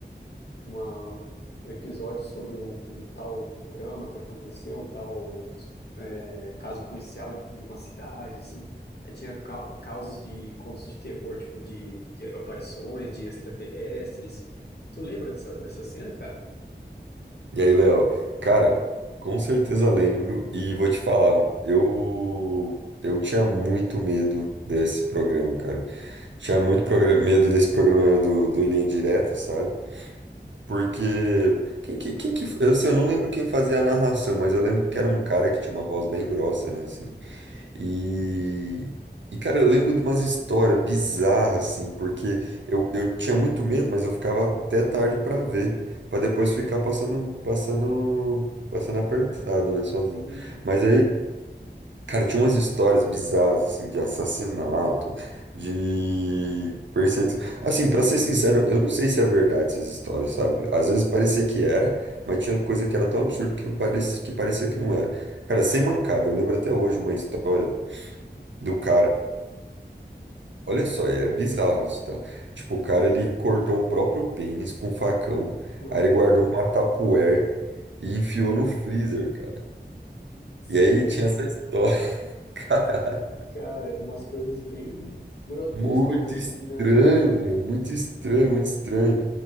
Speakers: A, on the left; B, on the right.
A: uma- um episódio sobre um, um tal trama que aconteceu, um tal é, caso policial de uma cidade, assim. Aí tinha ca- casos de contos de terror, tipo de, de aparições, de extraterrestres. Tu lembra dessa, dessa cena, cara?
B: E aí, Léo? Cara, com certeza lembro e vou te falar, eu eu tinha muito medo desse programa, cara. Tinha muito progra- medo desse programa do, do Linha Direta, sabe? Porque quem que, quem que eu, sei, eu não lembro quem fazia a narração, mas eu lembro que era um cara que tinha uma voz bem grossa, né, assim. E, e, cara, eu lembro de umas histórias bizarras, assim, porque eu, eu tinha muito medo, mas eu ficava até tarde pra ver, pra depois ficar passando, passando, passando apertado, né, sozinho.
A: Sim,
B: Mas aí, cara, tinha umas histórias bizarras, assim, de assassinato, de perseguição. Assim, pra ser sincero, eu não sei se é verdade essas histórias, sabe? Às vezes parecia que era, mas tinha coisa que era tão absurda que não parecia, que parecia que não era. Cara, sem mancada, eu lembro até hoje uma história do cara. Olha só, é bizarro isso, tá? Tipo, o cara ele cortou o próprio pênis com facão,
A: nossa.
B: aí ele guardou
A: <laughs>
B: numa tupperware e enfiou no freezer, cara.
A: Sim,
B: E aí tinha essa história, <laughs> cara,
A: cara, eram umas coisas bem grotescas
B: muito
A: assim,
B: estranho,
A: né?
B: velho, muito estranho, muito estranho.